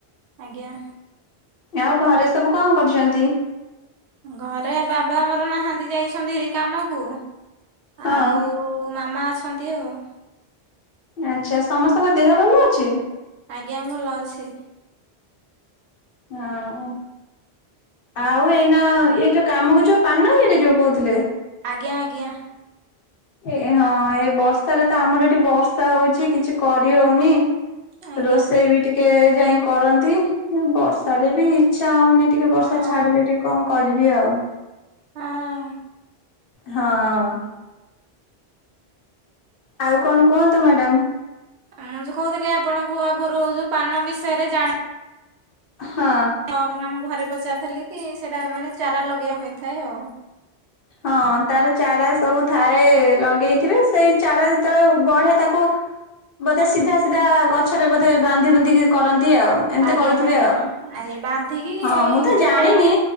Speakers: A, on the right; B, on the left.
A: ଆଜ୍ଞା।
B: ଆଉ ଘରେ ସବୁ କଣ କରୁଚନ୍ତି।
A: ଘରେ ବାବା ଆମର ନାହାନ୍ତି ଯାଇଛନ୍ତିହାରି କାମକୁ।
B: ହଁ
A: ଆଉ ମାମା ଅଛନ୍ତି ଆଉ।
B: ଆଚ୍ଛା ସମସ୍ତଙ୍କ ଦେହ ଭଲ ଅଛି।
A: ଆଜ୍ଞା ଭଲ ଅଛି।
B: ଆଉ। ଆଉ ଏଇନା ଇଏ ଯୋଉ କାମକୁ ଯୋଉ ପାନଗିରି ଯୋଉ କହୁଥିଲେ।
A: ଆଜ୍ଞା ଆଜ୍ଞା।
B: ଏ ହଁ ଏ ବର୍ଷାରେ ତ ଆମର ଏଠି ବର୍ଷା ହଉଚି କିଛି କରିହଉନି।
A: ଆଜ୍ଞା।
B: ରୋଷେଇ ବି ଟିକେ ଯାଇଁ କରନ୍ତି ବର୍ଷାରେ ବି ଇଚ୍ଛା ହଉନି। ଟିକେ ବର୍ଷା
A: ହଁ
B: ଛାଡିଲେ ଟିକେ କଣ କରିବି ଆଉ।
A: ହଁ।
B: ହଁ। ଆଉ କଣ କୁହନ୍ତୁ ମ୍ୟାଡ଼ାମ।
A: ମୁଁ ଯୋଉ କହୁଥିଲି ଆପଣଙ୍କୁ ଆଗରୁ ଯୋଉ ପାନ ବିଷୟରେ ଜାଣେ
B: ହଁ।
A: ହଁ ମୁଁ ଆମ ଘରେ ପଚାରଥିଲି କି ସେଇଟା ମାନେ ଚାରା ଲଗେଇଆ ହୋଇଥାଏ ଆଉ।
B: ହଁ ତାର ଚାରା ସବୁ ଥାଏ ଲଗେଇଥିବେ ସେଇ ଚାରା ଯେତେବେଳେ ବଢ଼େ ତାକୁ ବୋଧେ ସିଧା ସିଧା ଗଛରେ ବୋଧେ ବାନ୍ଧି ବୁନ୍ଧିକି କରନ୍ତି ଆଉ। ଏମିତି
A: ଆଜ୍ଞା
B: କରୁଥିବେ
A: ଆଜ୍ଞା
B: ଆଉ।
A: ଆଜ୍ଞା ବାନ୍ଧିକି
B: ହଁ
A: ଏଇ
B: ମୁଁ ତ
A: ସେଥିରେ
B: ଜାଣିନି